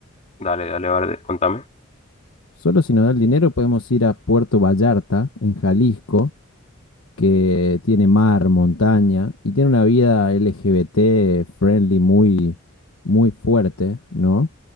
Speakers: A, on the left (about 30°); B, on the left (about 75°).
A: Dale, dale, vale, contame.
B: Solo si nos da el dinero podemos ir a Puerto Vallarta, en Jalisco, que tiene mar, montaña y tiene una vida LGBT friendly muy, muy fuerte, ¿no?